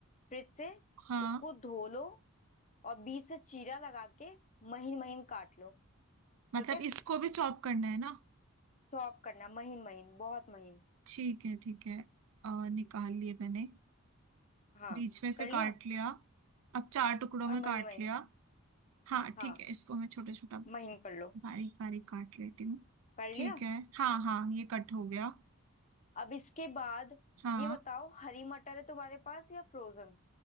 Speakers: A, on the left (about 30°); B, on the right (about 70°).
A: फ्रिज से
B: हाँ
A: उसको धो लो और बीच से चीरा लगा के महीन महीन काट लो
B: मतलब
A: ठीक है
B: इसको भी चॉप करना है ना
A: चॉप करना महीन महीन बहुत महीन
B: ठीक है ठीक है और निकाल लिए मैंने
A: हाँ
B: बीच में से
A: कर लिया
B: काट लिया अब चार टुकड़ों में
A: और महीन
B: काट
A: महीन
B: लिया हाँ
A: हाँ
B: ठीक है इसको मैं छोटा छोटा
A: महीन कर लो
B: बारीक बारीक काट लेती हूँ
A: कर
B: ठीक
A: लिया
B: है हाँ हाँ ये कट हो गया
A: अब इसके बाद
B: हाँ
A: ये बताओ हरी मटर है तुम्हारे पास या फ्रोजन